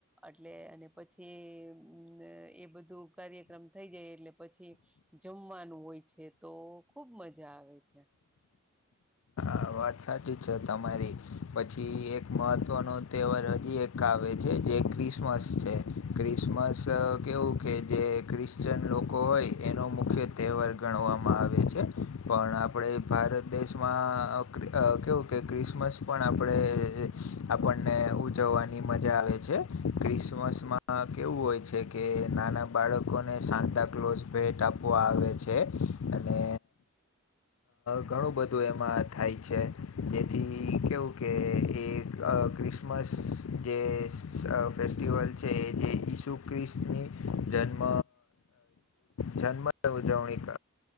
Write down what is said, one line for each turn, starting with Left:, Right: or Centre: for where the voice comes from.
Centre: એટલે અને પછીમ એ બધું કાર્યક્રમ થઈ જાય એટલે પછી- જમવાનું હોય છે તો ખુબ મજા આવે છે.
Left: આ વાત સાચી છે, તમારી પછી એક મહત્ત્વનો તહેવાર હજી એક- કાવે છે, જે ક્રિસમસ છે ક્રિસમસ કેવું કે જે- ક્રિશ્ચન લોકો હોય એનો મુખ્ય તહેવાર ગણવામાં આવે છે પણ- આપણે ભારત દેશમાં- કવું કે ક્રિસમસ પણ આપણે આપણને ઉજવવાની મજા આવે છે. ક્રિસમસમાં કેવું હોય છે કે નાના બાળકોને સાતા કલોસ ભેટ આપ- આવે છે અને ઘણું બધું એમાં- થાય છે જેથી કેવું કે એ ક્રિસમસ- જે ફેસ્ટિવલ છે એ જે ઈસુ ખ્રિસ્તની જન્મ જન્મ ઉજવ એક